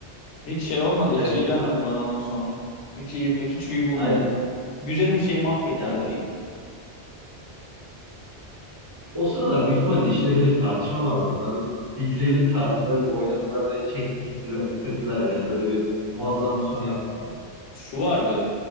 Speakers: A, on the left; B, on the right.
A: Hiç şey olmadı.
B: Evet
A: Hiç iyi
B: ki
A: gelmedi
B: a-
A: bana onun sonu. Hiç iyi bu hiç iyi bulmadım.
B: aynen.
A: Güzelim şeyi mahvettiler.
B: Ya o sıralar büyük ihtimalle işlerinde bir tartışma vardı. Bunların bitirelim tarzında bir oynadılar ve çekip bittiler, bitirdiler yani. Böyle bir muazzam bir son yapmadılar.
A: Şu vardı.